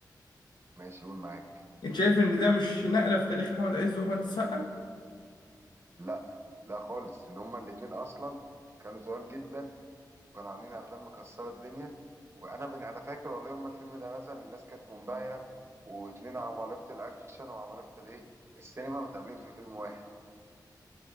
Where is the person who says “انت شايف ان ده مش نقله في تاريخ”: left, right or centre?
Left